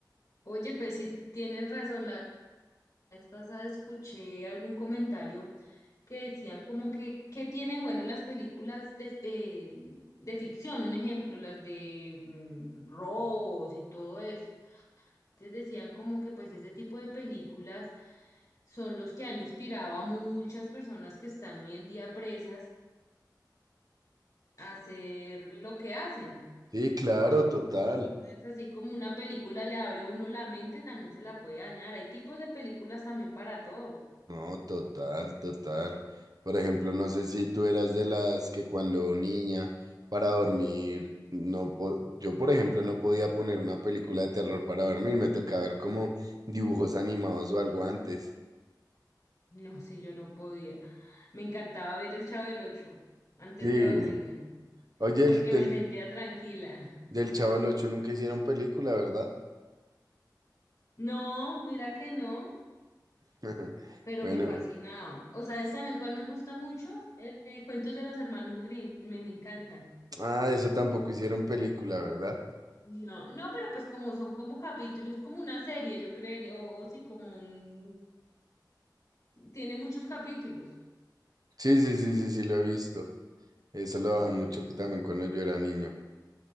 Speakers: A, on the left; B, on the right.
A: Oye, pues sí, tienes razón, la vez pasada escuché algún comentario que decían como que, ¿qué tienen bueno las películas de, de, de ficción? Un ejemplo, las de mm, robos y todo eso. Entonces decían como que pues ese tipo de películas son los que han inspirado a muchas personas que están hoy en día presas hacer lo que hacen.
B: Sí, claro, total.
A: Es así como una película le abre a uno la mente, también se la puede dañar. Hay tipos de películas también para todo.
B: No, total, total. Por ejemplo, no sé si tú eras de las que cuando niña para dormir, no po- yo por ejemplo no podía poner una película de terror para dormir, me tocaba ver como dibujos animados o algo antes.
A: No, si yo no podía. Me encantaba ver El Chavo del Ocho antes
B: Sí.
A: de dormirme,
B: Oye,
A: porque
B: el del,
A: me sentía tranquila.
B: del Chavo del Ocho nunca hicieron película, ¿verdad?
A: No, mira que no,
B: <laughs>
A: pero
B: Bueno,
A: me fascinaba. O sea, es también cual me gusta mucho, Eh, eh, Cuentos de los Hermanos Grimm, me, me encanta.
B: ah, eso tampoco hicieron película, ¿verdad?
A: No, no, pero pues como son como capítulos, es como una serie, yo creería, o, o sí, como un Tiene muchos capítulos.
B: Sí, sí, sí, sí, sí, lo he visto. Eso lo
A: Sí,
B: daban mucho también cuando yo era niño.